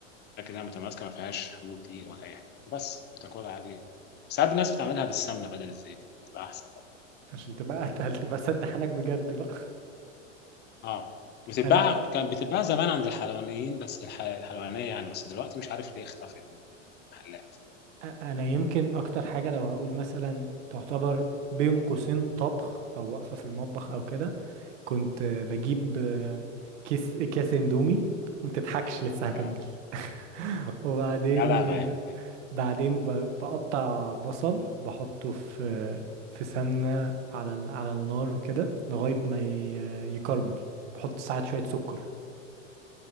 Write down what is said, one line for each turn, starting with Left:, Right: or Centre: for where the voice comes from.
Left: تاكد انها متماسكه ما فيهاش حبوب دقيق ولا اي حاجه بس وتاكلها عادي ساعات الناس بتعملها بالسمنه بدل الزيت تبقى احسن
Right: عشان تبقى اتقل تبقى سد حنك بجد بقى
Left: اه وتتباع
Right: انا
Left: كانت بتتباع زمان عند الحلوانيين بس الح- الحلوانية يعني بس دلوقتي مش عارف ليه اختفت من المحلات
Right: انا يمكن اكتر حاجه لو هقول مثلا تعتبر بين قوسين طبخ او واقفه في المطبخ او كده كنت بجيب كيس اكياس اندومي ما تضحكش لسه هكمل
Left: اه
Right: <laughs> وبعدين
Left: لا لا معاك
Right: بعدين ب- بقطع بصل بحطه في في سمنه على ال- على النار وكده لغايه ما ي- يكرمل بحط ساعات شويه سكر